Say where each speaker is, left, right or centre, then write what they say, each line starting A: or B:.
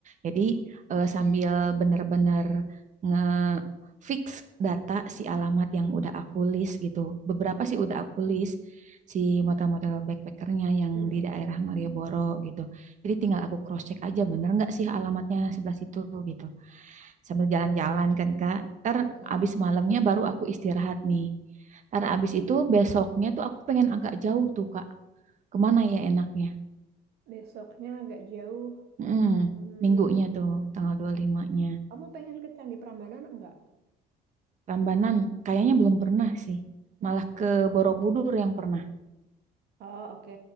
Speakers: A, on the right (about 45°); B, on the right (about 70°).
A: Jadi eh, sambil bener-bener nge-fix data si alamat yang udah aku list gitu. Beberapa sih udah aku list si motel-motel backpackernya yang
B: Mm,
A: di
B: Oke.
A: daerah Malioboro gitu. Jadi tinggal aku cross-check aja bener nggak sih alamatnya sebelah situ gitu sambil jalan-jalan kan Kak. Ntar
B: Mm-mm.
A: abis malamnya baru aku istirahat nih. Ntar abis itu besoknya tuh aku pengen agak jauh tuh Kak. Kemana ya enaknya?
B: Besoknya agak jauh.
A: Mm,
B: Hmm,
A: minggunya tuh tanggal 25-nya.
B: kamu pengen ke Candi Prambanan enggak?
A: Rambanan kayaknya belum pernah sih.
B: Nah,
A: Malah
B: itu.
A: ke Borobudur yang pernah.
B: Oh, oke.